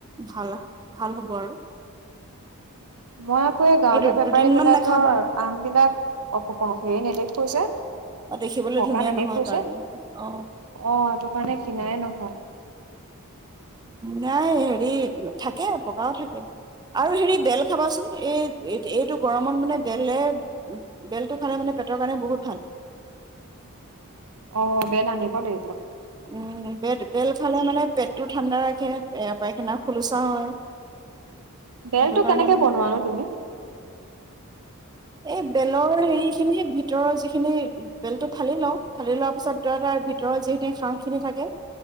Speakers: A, on the right; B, on the right.
A: ভাল আও ভাল হ'ব আৰু।
B: মই আকৌ এই গাঁৱলীয়া
A: দু
B: বেপাৰী
A: দুদিনমান
B: বিলাকৰ
A: নাখাবা।
B: আম বিলাক, হেৰি নেদেখুৱে কৈছে
A: অ দেখিবলৈ
B: পকা
A: ধুনীয়া
B: নেদেখো
A: নহয় কাৰণে
B: যে,
A: অ
B: অ এইটো কাৰণে কিনাই নহয়
A: নাই হেৰি থাকে পকাও থাকে, আৰু হেৰি বেল খাবাচোন এই এইটো গৰমত মানে বেলে বেলটো খালে মানে পেটৰ কাৰণে বহুত ভাল
B: অ বেল আনিব লাগিব
A: উম বেত বেল খালে মানে পেটটো ঠাণ্ডাৰাখে, পায়খানা খোলোচা হয়
B: বেলটো
A: সেইটো কাৰণে
B: কেনেকে
A: মানে
B: বনোৱানো তুমি?
A: এই বেলৰ হেৰিখিনি, ভিতৰ যিখিনি বেলটো ফালি লওঁ, ফালি লোৱাৰ পিছত ধৰা তাৰ ভিতৰত যিখিনি হাহখিনি থাকে,